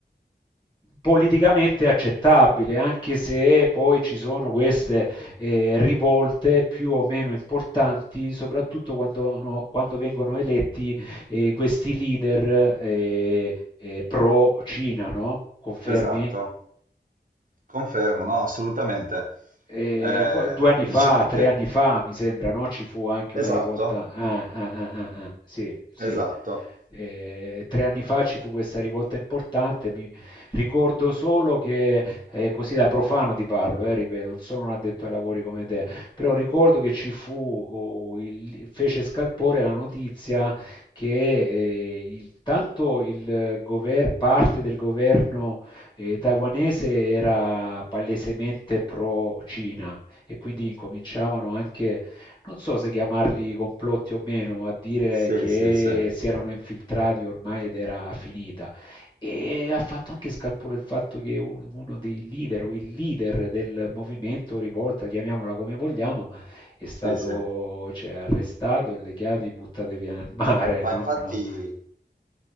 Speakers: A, on the left; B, on the right.
A: politicamente accettabile, anche se poi ci sono queste eh, rivolte più o meno importanti, soprattutto quando, no- quando vengono eletti eh, questi leader eh, eh, pro-Cina, no? Confermi?
B: Esatto. Confermo, no, assolutamente.
A: E,
B: Eh,
A: e qua- due anni
B: diciamo
A: fa,
B: che...
A: tre anni fa, mi sembra, no? Ci fu anche una
B: Esatto,
A: rivolta. Ah, ah, ah, ah, ah, sì, sì.
B: esatto.
A: Eh, tre anni fa ci fu questa rivolta importante. Mi ricordo solo che, eh, così da profano ti parlo, eh, ripeto, non sono un addetto ai lavori come te, però ricordo che ci fu, oh, il- fece scalpore la notizia che eh, il- tanto il gover- parte del governo e taiwanese era palesemente pro-Cina e quindi cominciavano anche, non so se chiamarli complotti o meno, a dire
B: Sì,
A: che
B: sì, sì,
A: si erano infiltrati ormai ed era finita. E ha fatto anche scalpore il fatto che un- uno dei leader o il leader del movimento rivolta, chiamiamola come vogliamo, è stato,
B: sì, sì.
A: cioè, arrestato e le chiavi buttate via nel mare.
B: Ma
A: Non,
B: infatti...